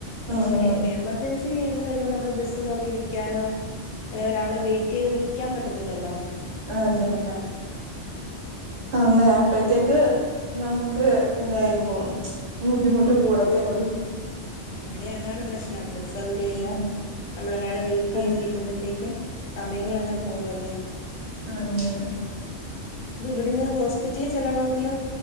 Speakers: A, on the right; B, on the left.
A: ഉം
B: പക്ഷെ ഒരു എമർജൻ സി എന്ന് വരുമ്പോ നമ്മള് ബസ്സ് നോക്കി നിക്കാനോ അല്ലെങ്കി ഒരാളെ വെയിറ്റ് ചെയ്ത് നിക്കാൻ പറ്റത്തില്ലല്ലോ
A: ആഹ് അതെ അതെ അങ്ങെ അപ്പഴത്തേക്ക് നമുക്ക് എന്തായിപ്പ ബുദ്ധിമുട്ട് കൂടത്തേ ഒള്ളൂ
B: ഇവിടെ അതാണ് പ്രശ്നം ബസ് സൗകര്യല്ല
A: ഉം
B: നമ്മളൊരാളെ വെയിറ്റ് ചെയ്തിരിക്കുമ്പോഴത്തേക്കും
A: അതെ
B: സമയങ്ങളങ്ങനെ പോകല്ലേ
A: ആഹ് പോകാന്
B: ഇത് ഇവിടുന്ന് ഹോസ്പിറ്റലിൽ ചെല്ലോണെങ്കിലും